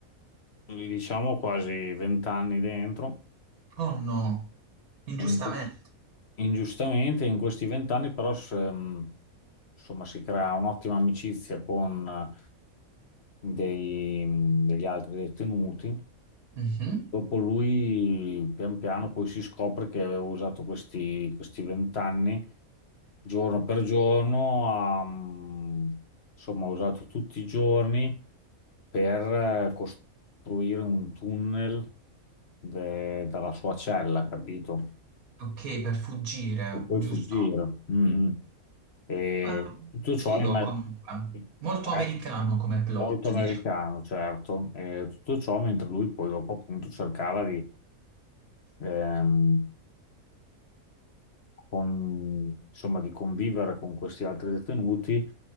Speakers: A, on the left; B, on the right.
A: diciamo, quasi vent'anni dentro,
B: Oh no, ingiustamente.
A: e in que- ingiustamente in questi vent'anni però s- ehm, insomma, si crea un'ottima amicizia con eh, dei- mm, degli altri detenuti
B: Mhm.
A: Dopo lui, pian piano, poi si scopre che aveva usato questi questi vent'anni, giorno per giorno, ha, mm, insomma, ha usato tutti i giorni per eh, costruire un tunnel de- dalla sua cella, capito?
B: Ok, per fuggire,
A: Per poi
B: giusto?
A: fuggire. Mm, mm. E
B: Ah,
A: tutto ciò
B: figo
A: in ma-
B: comunque.
A: eh,
B: Molto americano come plot,
A: molto americano,
B: diciamo.
A: certo. E tutto ciò mentre lui poi dopo appunto cercava ehm, con- insomma, di convivere con questi altri detenuti